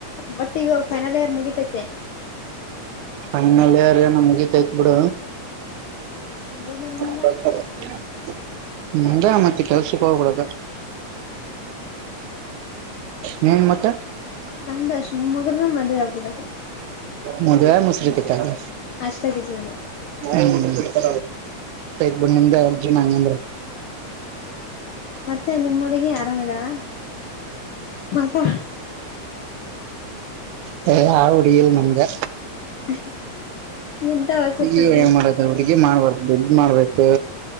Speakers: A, on the left; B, on the right.
A: ಮತ್ತೆ ಇವಾಗ ಫೈನಲ್ ಇಯರ್ ಮುಗಿತೈತೆ.
B: <unintelligible> ಮುಗತೈತ್ ಬಿಡ.
A: ಮುಗಿದ್ಮೇಲೆ
B: <unintelligible>
A: ಮುಂದ
B: ಹ್ಮದ ಮತ್ತೆ ಕೆಲ್ಸಕ್ ಹೋಗ್ಬಡದ.
A: <unintelligible>
B: ನೀನ್ ಮತ್ತೆ
A: ನಮ್ದ ಅಷ್ ಮುಮ್ಮಗದನ ಮದುವೆ ಆಗ್ಬಿಡೋದು.
B: ಮದುವ್ಯಾಗಿ ಮುಸರೀ ತಿಕ್ಕದು
A: ಅಷ್ಟಾಗಿ ಜೀವನ
B: ಆಯ್ತು ಬಿಡು ನಿಮ್ದೇ <unintelligible>
A: ಮತ್ತೆ ನಿಮ್ಮ ಹುಡುಗಿ ಅರಾಮಿದಾಳ ಮಾತಾ.
B: ಹೇಯ್ ಯಾವ್ ಹುಡುಗಿ ಇಲ್ಲ ನಮ್ಗೆ
A: <unintelligible> ಎಂತ ಹೊಸ
B: ನೀ
A: ಸುದ್ದಿ
B: ಏನ್ ಮಾಡದ ಹುಡುಗಿ ಮಾಡ್ಬಾರು ದುಡ್ ಮಾಡ್ಬೇಕು